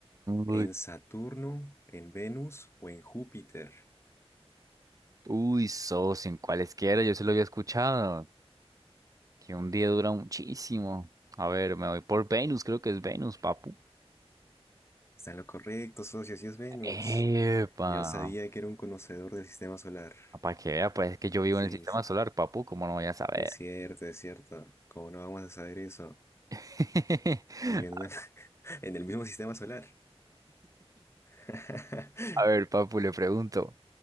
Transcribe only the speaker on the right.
Uy,
uy, socio, en cualesquiera, yo se lo había escuchado. Que un día dura muchísimo. A ver, me voy por Venus, creo que es Venus, papu.
Epa.
Para que vea, pues es que yo vivo
en el sistema
solar, papu, ¿cómo no voy a saber?
<laughs>
A ver, papu, le pregunto,